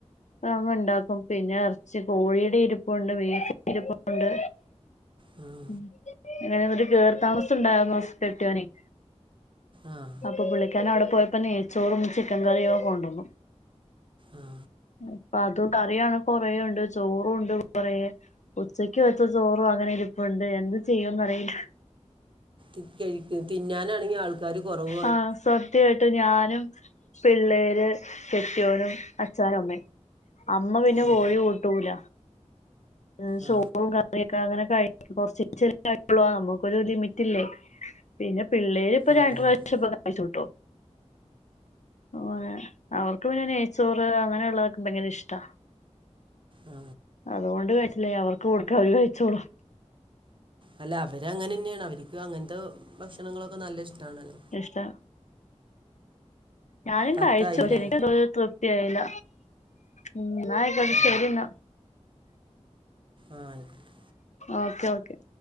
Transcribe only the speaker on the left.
അഅങ്ങ് ണ്ടാക്കും. പിന്നെ എറച്ചി കോഴിയുടെ ഇരിപ്പൊണ്ട് <unintelligible> ഇരിപ്പൊണ്ട്.
ഉം അതെ മാതിരി കേറിത്താമസ ണ്ടായിരുന്നു സ് കെട്ടിയോനെയ്.
അപ്പൊ പുള്ളിക്കാരനവിടെ പോയപ്പോ നെയ്ച്ചോറും ചിക്കൻ കറിയും ഒക്കെ കൊണ്ടുവന്നു.
ഉം അതും കറിയാണെ കൊറേ ഒണ്ട് ചോറും ഉണ്ട് കൊറെ ഉച്ചക്ക് വച്ച ചോറും അങ്ങനെ ഇരി പ്പൊണ്ട് എന്ത് ചെയ്യുന്നറിയില്ല.
ആഹ് സത്യായിട്ട് ഞാനും പിള്ളേര് കെട്ടിയോനും അച്ചാനും അമ്മയും അമ്മ പിന്നെ
കോഴി കൂട്ടൂല. ഉം ചോറും
കറിയൊക്കെ അങ്ങനെ <unintelligible> യുള്ളു നമ്മുക്കൊരു ലിമിറ്റില്ലേ. പിന്നെ പിള്ളേരിപ്പൊ രണ്ടു
പ്രാവശ്യം
ഭക്ഷണം കഴിച്ചുട്ടോ. ആ അവർക്ക് പിന്നെ നെയ്ച്ചോറ് അങ്ങനെയൊള്ളതൊക്കെ ഭയങ്കര ഇഷ്ടാ.
അതുകൊണ്ട്. കയിച്ചിലായി അവർക്ക് കൊടുക്കാ വര് കഴിച്ചോളും.
ഇഷ്ടാ. ഞാനും
കഴിച്ചു പക്ഷെ നിക്ക് തൃപ്തിയായില്ല. ഉം ന്നായിക്കോട്ടേ
ശരിന്നാ.
ഓക്കേ ഓക്കെ.